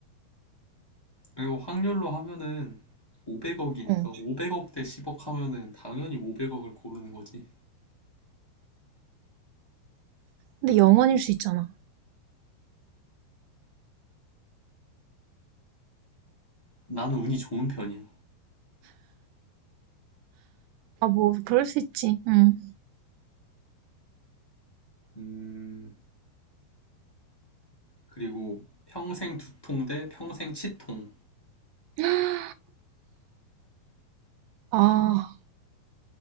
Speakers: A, on the left; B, on the right.
A: 그리고 확률로 하면은 500억이니까
B: 어.
A: 500억 대 10억 하면은 당연히 500억을 고르는 거지.
B: 근데 영원일 수 있잖아.
A: 나는 운이 좋은 편이야.
B: 아, 뭐, 그럴 수 있지. 응
A: 음, 그리고 평생 두통 대 평생 치통.
B: <gasps> 아,